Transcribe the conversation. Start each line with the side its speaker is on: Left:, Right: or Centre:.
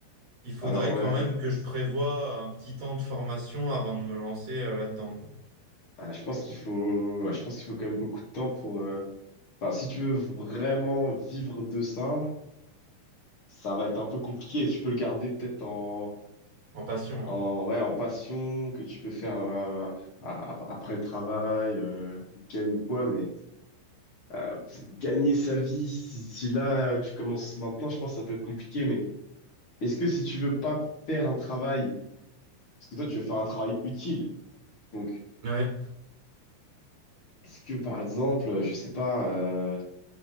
Right: Il faudrait
Left: Alors ouais,
Right: quand même que je prévoie un petit temps de formation avant de me lancer euh, là-dedans, quoi.
Left: Ah, je pense qu'il faut, ouais, je pense qu'il faut quand même beaucoup de temps pour... euh, Enfin, si tu veux vraiment vivre de ça, ça va être un peu compliqué. Tu peux le garder peut-être en,
Right: En passion,
Left: en,
Right: ouais.
Left: ouais, en passion que tu peux faire euh, a- a- après le travail, euh, week-end ou quoi, mais euh, gagner sa vie, si, si là tu commences maintenant, je pense que ça peut être compliqué, mais Est-ce que si tu veux pas faire un travail, parce que toi tu veux faire un travail utile, donc
Right: Ouais.
Left: est-ce que par exemple, euh, je sais pas, euh,